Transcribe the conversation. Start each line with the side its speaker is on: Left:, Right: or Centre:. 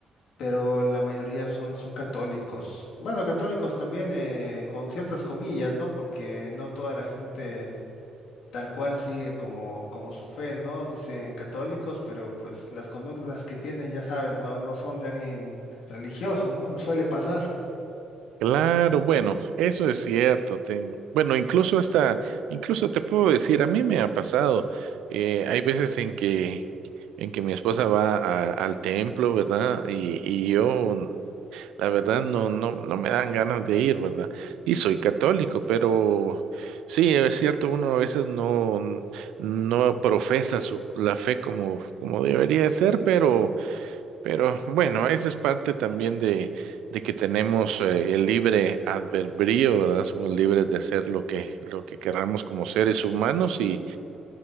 Left: pero la mayoría son, son católicos. Bueno, católicos también eh, con ciertas comillas, ¿no? Porque no toda la gente tal cual sigue como, como su fe, ¿no? Dicen católicos, pero pues las conductas que tienen, ya sabes, no, no son de alguien religioso, ¿no? No suele pasar.
Right: Claro, bueno, eso es cierto. ten- bueno, incluso hasta, incluso te puedo decir, a mí me ha pasado. eh, hay veces en que, en que mi esposa va a- al templo, ¿verdad? Y, y yo, la verdad, no, no, no me dan ganas de ir, ¿verdad? Y soy católico, pero sí, es cierto, uno a veces no, no profesa su, la fe como, como debería de ser, pero pero bueno, eso es parte también de, de que tenemos eh, el libre albedrío, ¿verdad? Somos libres de hacer lo que, lo que querramos como seres humanos y